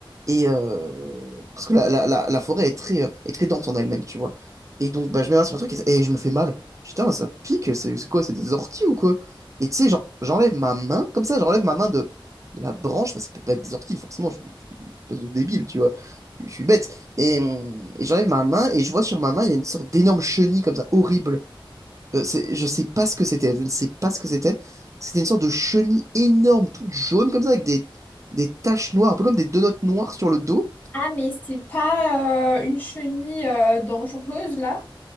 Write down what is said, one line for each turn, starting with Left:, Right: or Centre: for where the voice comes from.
Right: Et euh, parce que la, la, la, la forêt est très, euh, est très dense en elle-même, tu vois. Et donc, bah, je m'énerve sur un truc et, et je me fais mal. Putain, ça pique, c'est c'est quoi? C'est des orties ou quoi? Et tu sais, genre, j'enlève ma main, comme ça, j'enlève ma main de, de la branche, mais ça peut pas être des orties, forcément, je suis, je suis une espèce de débile, tu vois. Je, je suis bête. Et, euh, et j'enlève ma main et je vois sur ma main, il y a une sorte d'énorme chenille comme ça, horrible. Euh, c'est- je sais pas ce que c'était, je ne sais pas ce que c'était. C'était une sorte de chenille énorme, toute jaune comme ça, avec des, des taches noires, un peu comme des donuts noires sur le dos.
Left: Ah, mais c'est pas euh, une chenille euh, dangereuse là?